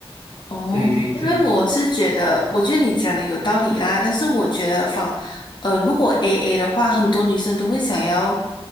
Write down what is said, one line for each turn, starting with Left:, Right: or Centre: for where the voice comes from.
Left: 哦，
Right: 对对对，
Left: 因为我是觉得，我觉得你讲的有道理啦，但是我觉得仿，呃，如果 AA 的话，很多女生都会想要，